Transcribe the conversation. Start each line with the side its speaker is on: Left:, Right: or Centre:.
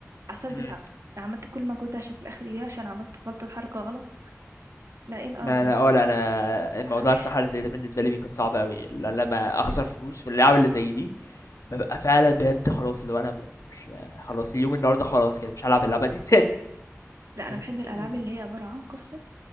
Right: اعصابي
Left: امم
Right: تتعب انا عملت كل مجهود ده عشان في الاخر ايه عشان عملت غلطه حركه غلط لا ايه القرف
Left: ما
Right: ده
Left: انا اه لا انا الموضوع
Right: انا بح...
Left: الصراحه اللي زي ده بالنسبه لي بيكون صعب قوي لما اخسر فلوس في اللعبه اللي زي دي ببقى فعلا بجد خلاص اللي هو انا مش خلاص اليوم النهارده خلاص كده مش هلعب اللعبه دي تاني
Right: لا انا
Left: <laughs>
Right: بحب الالعاب اللي هي عباره عن قصه